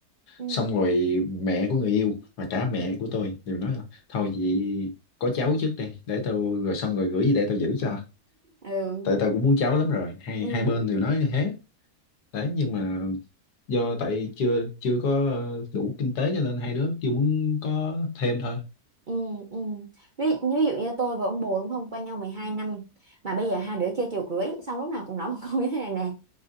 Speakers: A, on the right; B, on the left.
A: ừ
B: xong rồi mẹ của người yêu và cả mẹ của tôi đều nói là thôi vậy có cháu trước đi để tôi rồi xong rồi gửi về để tôi giữ cho
A: ừ
B: tại tôi cũng muốn cháu lắm rồi hai
A: ừ
B: hai bên đều nói như thế đấy nhưng mà do tại chưa chưa có đủ kinh tế cho nên hai đứa chưa muốn có thêm thôi
A: Ừ, ừ. Ví, ví dụ như tôi và ông bồ đúng không quen nhau 12 năm mà bây giờ hai đứa chơi chiều cưới xong lúc nào cũng nói một câu như thế này nè